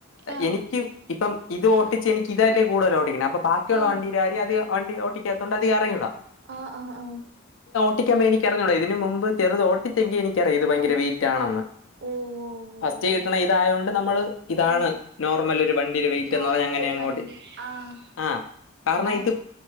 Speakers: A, on the right; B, on the left.
A: ആ
B: എനിക്ക് ഇപ്പം ഇത് ഓട്ടിച്ച് എനിക്ക് ഇതല്ലേ കൂടുതൽ ഓടിക്കണെ അപ്പൊ ബാക്കിയുള്ള
A: ആ
B: വണ്ടീര കാര്യം അധികം അത് വണ്ടി ഓട്ടിക്കാത്തൊണ്ട് അധികം അറിഞ്ഞൂട
A: ആഹ് ആഹ് ആഹ്
B: ഓട്ടിക്കുമ്പോ എനിക്കറിഞ്ഞൂട ഇതിന് മുമ്പ് ചെറുത് ഓട്ടിച്ചെങ്കിൽ എനിക്കറിയാം ഇത് ഭയങ്കര
A: ആഹ് ആഹ്
B: വെയിറ്റാണെന്ന്
A: ഓ
B: ഫസ്റ്റ്
A: ഓ ഓ
B: കിട്ടണ ഇതായോണ്ട് നമ്മള് ഇതാണ്
A: ആഹ്
B: നോർമൽ ഒരു വണ്ടി ഒരു വെയിറ്റ്ന്ന്
A: നോർമൽ
B: പറഞ്ഞ് അങ്ങനെ
A: ഒരു
B: അങ്ങ്
A: വണ്ടി
B: ഓട്ടിച്ച്
A: ആഹ്
B: ആ കാരണം
A: ആഹ്
B: ഇത്